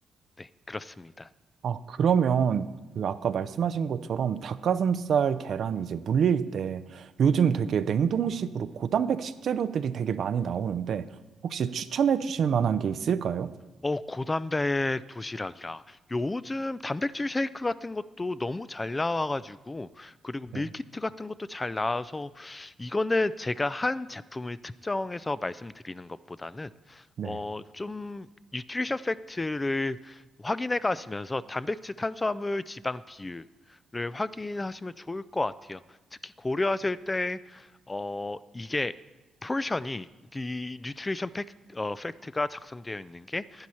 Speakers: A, on the left (about 30°); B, on the right (about 60°).
A: 네 그렇습니다.
B: 아, 그러면 그 아까 말씀하신 것처럼 닭가슴살 계란이 이제 물릴 때 요즘 되게 냉동식으로 고단백 식재료들이 되게 많이 나오는데 혹시 추천해 주실 만한 게 있을까요?
A: 어, 고단백 도시락이라. 요즘 단백질 쉐이크 같은 것도 너무 잘 나와가지고, 그리고 밀키트
B: 네,
A: 같은 것도 잘 나와서, 이거는 제가 한 제품을 특정해서 말씀드리는 것보다는,
B: 네.
A: 어, 좀, 뉴트리션 팩트를 확인해 가시면서 단백질, 탄수화물, 지방 비율을 확인하시면 좋을 것 같아요. 특히 고려하실 때, 어, 이게, 포션이, 이 뉴트리션 팩, 어, 팩트가 작성되어 있는 게